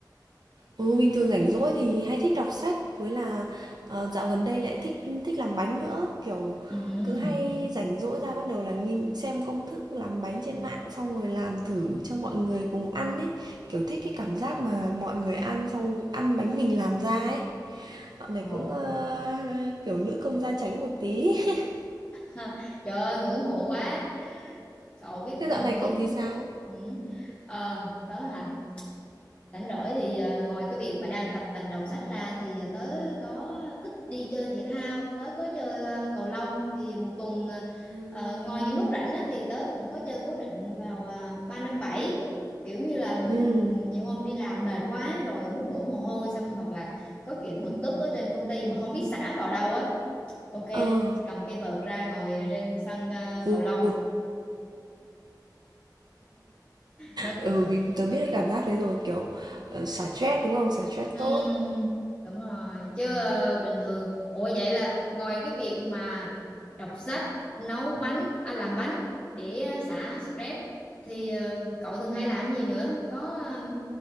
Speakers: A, on the right; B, on the left.
A: Ừ, bình thường rảnh rỗi thì hay thích đọc sách với là ờ, dạo gần đây lại thích thích làm bánh nữa, kiểu
B: Ừ.
A: cứ hay rảnh rỗi ra bắt đầu là nghi, xem công thức làm bánh trên mạng xong rồi làm thử cho mọi người cùng ăn ấy, kiểu thích cái cảm giác mà mọi người ăn xong ăn bánh mình làm ra ấy. Dạo này
B: Ờ.
A: cũng ờ, kiểu nữ công gia chánh một tí. <laughs>
B: Ha, Trời ơi ngưỡng mộ quá cậu biết
A: Thế dạo
B: còn
A: này
B: biết
A: cậu thì sao?
B: ừ. Ờ, đó hả rảnh rỗi thì à, ngoài cái việc mà đang tập tành đọc sách ra thì à, tớ có thích đi chơi thể thao tớ có chơi à, cầu lông thì một tuần à,
A: Ừ.
B: ờ, ngoài những lúc rảnh á, thì tớ cũng có chơi cố định vào à, ba năm bảy kiểu như là
A: Ừ.
B: ừm, nhiều hôm đi làm mệt quá rồi muốn đổ mồ hôi xong hoặc là có chuyện bực tức ở trên công ty mà không biết xả vào đâu á Ok,
A: Ờ,
B: cầm cái vợt ra ngồi trên sân ờ,
A: vụt.
B: cầu lông. Nó
A: Ừ,
B: cứ-
A: mình tớ biết cái cảm giác đấy rồi, kiểu ờ, xả stress đúng không? Xả stress
B: Ừm,
A: tốt.
B: đúng rồi, chứ ờ, bình thường. Ủa vậy là ngoài cái việc mà đọc sách, nấu bánh, à, làm bánh để ờ, xả stress á, thì ờ, cậu thường hay làm gì nữa? Có ờ,